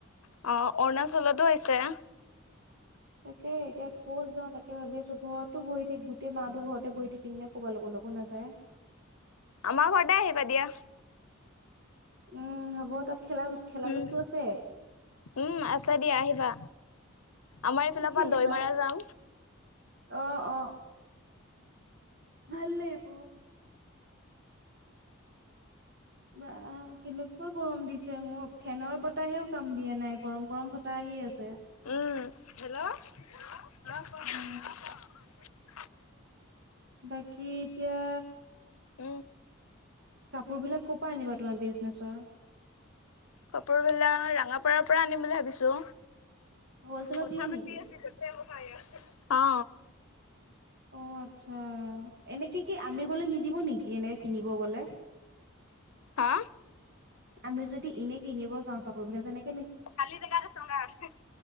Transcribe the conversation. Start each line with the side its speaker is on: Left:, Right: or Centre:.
Left: অ, অৰুণাচলটো হৈছে।
Right: তাকে এতিয়া ক'ত যাওঁ তাক তাকে ভাবি আছো ঘৰতো বহি থাকি গোটেই মাাতো ঘৰতে বহি থাকিম নে কবাৰ লগৰ লগো নাযায়।
Left: আমা ঘৰতে আহিবা দিয়া।
Right: উম, হ'ব তাত খেলা খেলা
Left: উম,
Right: বস্তু আছে?
Left: উম, আছে দিয়া আহিবা। আমাৰ এইফালৰ
Right: কি খেলিবা
Left: পৰা দৈ মাৰা যাম।
Right: অ, অ। ভাল লাগিব। বা কেনেকুৱা গৰম দিছে মোৰ ফেনৰ বত তাহেও কাম দিয়া নাই গৰম গৰম বতাহ আহি আছে।
Left: উম, <unintelligible>
Right: অ বাকী এতিয়া
Left: উম।
Right: কাপোৰ বিলাক ক' পা আনিবা তোমাৰ বিজনেছৰ?
Left: কাপোৰ বিলাক ৰাঙাপাৰাৰ পৰা আনিম বুলি ভাবিছো।
Right: হলচেলত
Left: কথা
Right: দিয়ে নেকি
Left: পাতি আছিলো অ,
Right: অ, আচ্ছা এনেকে কি আমি গলে নিদিব নিকি এনে কিনিব গলে?
Left: হা।
Right: আমি যদি ইনেই কিনিব যাওঁ কাপোৰ বিলাক তেনেক
Left: খালি জেগাত আছো আও হেএ